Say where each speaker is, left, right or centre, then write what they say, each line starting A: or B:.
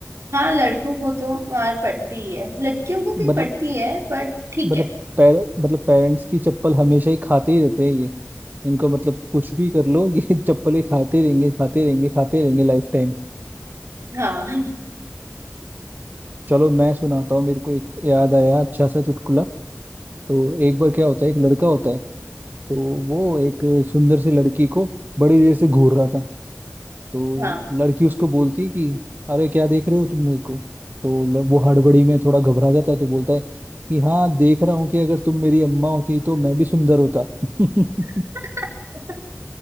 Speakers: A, on the right; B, on the right.
A: हाँ लड़कों को तो मार पड़ती है लड़कियों को
B: मतलब
A: भी पड़ती है पर ठीक
B: मतलब
A: है
B: पैर मतलब पेरेंट्स की चप्पल हमेशा ही खाते ही रहते हैं इनको मतलब कुछ भी कर लो ये <laughs> चप्पलें खाते रहेंगे खाते रहेंगे खाते रहेंगे लाइफ टाइम
A: हाँ
B: चलो मैं सुनाता हूँ मेरे को एक याद आया अच्छा सा चुटकुला तो एक बार क्या होता है एक लड़का होता है तो वो एक सुंदर सी लड़की को बड़ी देर से घूर रहा था तो
A: हाँ
B: लड़की उसको बोलती है कि अरे क्या देख रहे हो तुम मेरे को तो ल- वो हड़बड़ी में थोड़ा घबरा जाता है तो बोलता है कि हाँ देख रहा हूँ कि अगर तुम मेरी अम्मा होती तो मैं भी सुंदर होता <laughs>
A: <laughs>